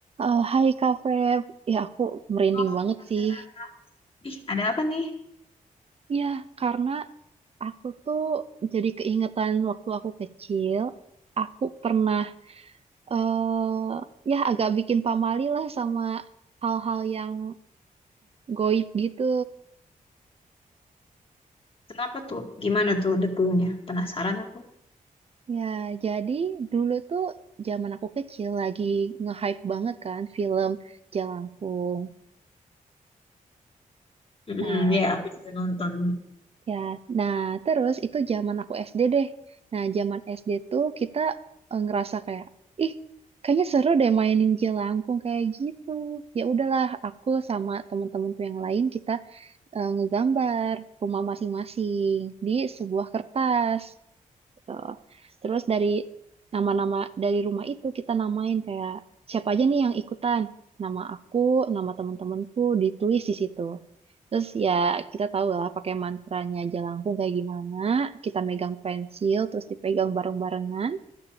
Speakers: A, on the right; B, on the left.
A: Eh, Hai Kak Feb, ya aku merinding
B: Oh,
A: banget
B: penasaran.
A: sih.
B: Ih, ada apa nih?
A: Ya, karena aku tuh jadi keingetan waktu aku kecil, aku pernah eh ya agak bikin pamali lah sama hal-hal yang goib gitu.
B: Kenapa tuh? Gimana tuh detailnya? Penasaran aku.
A: Ya, jadi dulu tuh zaman aku kecil lagi nge-hype banget kan film Jalangkung.
B: Hmm,
A: Nah,
B: ya aku juga nonton.
A: Ya, nah terus itu zaman aku SD deh. Nah, zaman SD tuh kita eh, ngerasa kayak, ih, kayaknya seru deh mainin jelangkung kayak gitu. Ya udahlah, aku sama temen-temenku yang lain kita eh, ngegambar rumah masing-masing di sebuah kertas. Tuh. Terus dari nama-nama dari rumah itu kita namain kayak siapa aja nih yang ikutan. Nama aku, nama teman-temanku ditulis di situ. Terus ya kita tahu lah pakai mantranya Jalangkung kayak gimana. Kita megang pensil terus dipegang bareng-barengan